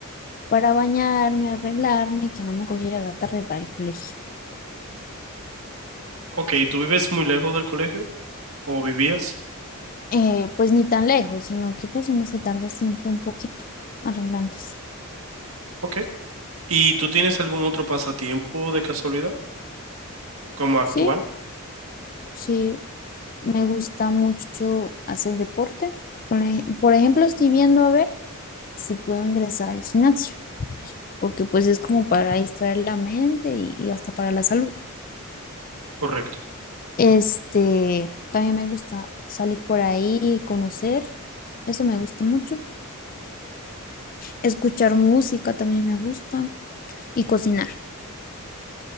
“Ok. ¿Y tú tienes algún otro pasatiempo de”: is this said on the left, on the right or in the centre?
Right